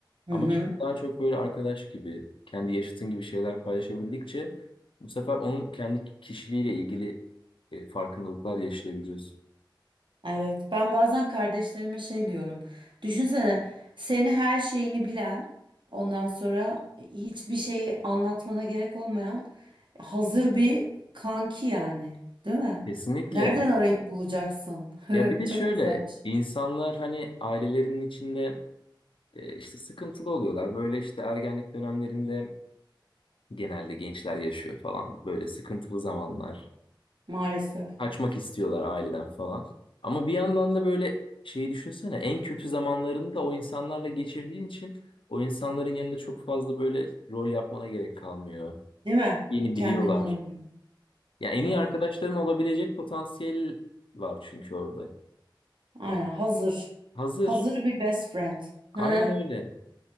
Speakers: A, on the right; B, on the left.
A: Hı
B: Ama
A: hı.
B: daha çok böyle arkadaş gibi, kendi yaşıtın gibi şeyler paylaşabildikçe bu sefer onun kendi kişiliğiyle ilgili e, farkındalıklar yaşayabiliyorsun.
A: Evet, ben bazen kardeşlerime şey diyorum. Düşünsene, seni her şeyini bilen, ondan sonra hiçbir şeyi anlatmana gerek olmayan hazır bir kanki yani, değil mi?
B: Kesinlikle.
A: Nereden arayıp bulacaksın?
B: Ya
A: <laughs>
B: bir de
A: Çok
B: şöyle
A: güzelmiş.
B: insanlar hani ailelerinin içinde e, işte sıkıntılı oluyorlar. Böyle işte ergenlik dönemlerinde genelde gençler yaşıyor falan böyle sıkıntılı zamanlar.
A: Maalesef.
B: kaçmak istiyorlar aileden falan. Ama bir yandan da böyle şeyi düşünsene en kötü zamanlarını da o insanlarla geçirdiğin için o insanların yanında çok fazla böyle rol yapmana gerek kalmıyor.
A: Değil mi?
B: Yeni
A: Kendin
B: biliyorlar.
A: olabiliyor.
B: Ya en iyi
A: Evet.
B: arkadaşların olabilecek potansiyel var çünkü orada.
A: Aynen
B: Yani
A: hazır.
B: hazır.
A: Hazır bir best friend. <laughs>
B: Aynen öyle.